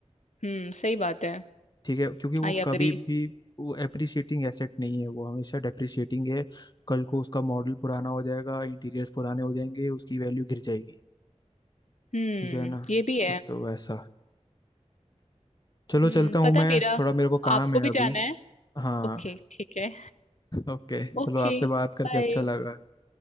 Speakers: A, on the left; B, on the left.
A: हम्म सही बात है
B: ठीक है क्योंकि वो
A: I
B: कभी
A: agree
B: भी वो एप्रिशिएटिंग एसेट नहीं है वो हमेशा डेप्रिशिएटिंग है कल को उसका मॉडल पुराना हो जाएगा इंटीरियर्स पुराने हो जाएंगे उसकी वैल्यू गिर जाएगी
A: हम्म
B: ठीक है ना
A: ये भी है
B: तो, तो वैसा चलो
A: हम्म
B: चलता हूँ
A: पता
B: मैं
A: है मेरा
B: थोड़ा मेरे को काम
A: आपको
B: है
A: भी
B: अभी
A: जाना है
B: हाँ
A: ओके ठीक है
B: ओके चलो
A: Okay
B: आपसे बात करके
A: bye
B: अच्छा लगा